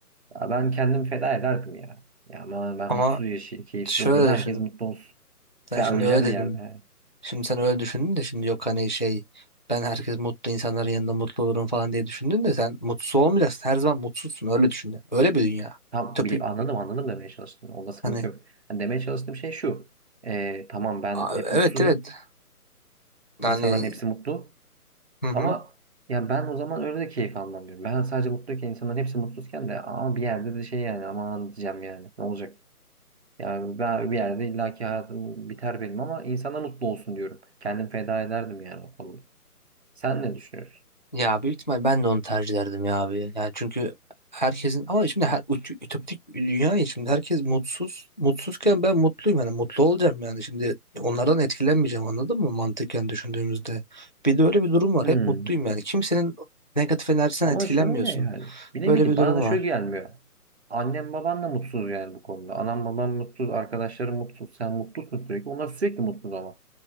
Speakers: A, on the right; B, on the left.
A: Ya ben kendim feda ederdim ya. Ya ama ben
B: ama
A: mutsuz yaşayayım keyifsiz
B: şöyle
A: olayım herkes
B: düşün.
A: mutlu olsun.
B: Sen
A: Ben
B: şimdi
A: öleceğim
B: öyle dedin.
A: bir yerde. yani.
B: Şimdi sen öyle düşündün de şimdi yok hani şey ben herkes mutlu insanların yanında mutlu olurum falan diye düşündün de sen mutsuz olmayacaksın. Her zaman mutsuzsun öyle düşün. yani. Öyle bir dünya.
A: Tam
B: Ütopik
A: bili- anladım anladım demeye çalıştım. Onda sıkıntı
B: hani
A: yok. Yani demeye çalıştığım şey şu. Ee, tamam ben
B: Aa,
A: hep
B: evet
A: mutsuzum.
B: evet yani
A: İnsanların hepsi mutlu.
B: hı hı.
A: Ama ya ben o zaman öyle de keyif almam diyorum. Ben sadece mutluyken insanların hepsi mutsuzken de ama bir yerde de şey yani aman diyeceğim yani ne olacak? Yani ben bir yerde illaki hayatım biter benim ama insana mutlu olsun diyorum. Kendim feda ederdim yani o konuda. Sen ne düşünüyorsun?
B: Ya büyük ihtimal ben de onu tercih ederdim ya abi. Yani çünkü herkesin ama şimdi her üt- ütopik bir dünya ya şimdi herkes mutsuz. Mutsuzken ben mutluyum yani mutlu olacağım yani şimdi onlardan etkilenmeyeceğim anladın mı mantıken düşündüğümüzde. Bir de öyle bir durum var.
A: Hmm.
B: Hep mutluyum yani. Kimsenin negatif enerjisinden
A: Ama
B: etkilenmiyorsun.
A: şöyle yani. Bir ne
B: Böyle
A: bileyim
B: bir
A: bana
B: durum
A: da
B: var.
A: şöyle gelmiyor. Annem baban da mutsuz yani bu konuda. Anam babam mutsuz, arkadaşlarım mutsuz, sen mutlusun sürekli. Onlar sürekli mutsuz ama.